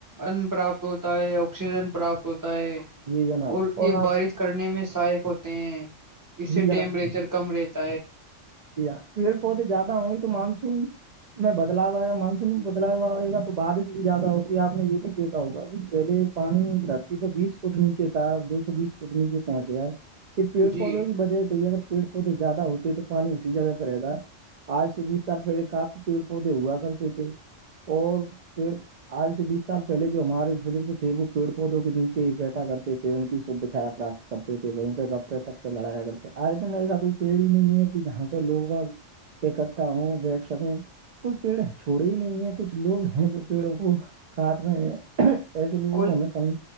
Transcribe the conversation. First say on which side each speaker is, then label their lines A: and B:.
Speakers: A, on the right (about 20°); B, on the right (about 75°).
A: ان پراپت ہوتا ہے آکسیجن پراپت ہوتا ہے
B: جی جناب
A: اور یہ
B: آپ
A: بارش کرنے میں سہایک ہوتے ہیں اس سے
B: جی
A: ٹیمپریچر
B: جناب
A: کم رہتے ت
B: جی ہاں پیڑ پودے زیادہ ہوں گی تو مانسون میں بدلاؤ آئے گا مانسون میں بدلاؤ آئے گا تو بارش بھی زیادہ ہوگی آپ نے یہ بھی دیکھا ہوگا پہلے پانی دھرتی پہ بیس فٹ نیچے تھا دو سو بیس فٹ نیچے پہنچ گئے یہ پیڑ
A: جی
B: پودوں کی وجہ سے ہی اگر پیڑ پودے زیادہ ہوتے تو پانی اسی جگہ پہ رہتا آج سے بیس سال پہلے کاپ پیڑ پودے ہوا کرتے تھے اور پھر آج سے بیس سال پہلے جو ہمارے بزرگ تھے وہ پیڑ پودوں کے نیچے ہی بیٹھا کرتے تھے ان کی شدھ چھایا پراپت کرتے تھے وہیں پہ گپ پے سپ پہ لڑایا کرتے آج دن ایسا کوئی پیڑ ہی نہیں ہے کہ جہاں پہ لوگ آگ اکٹھا ہوں بیٹھ سکیں کوئی پیڑ چھوڑے ہی نہیں ہے کچھ لوگ ہیں جو پیڑوں کو کاٹ رہے ہیں ایسے لوگوں
A: کوئی
B: کو ہمیں سمج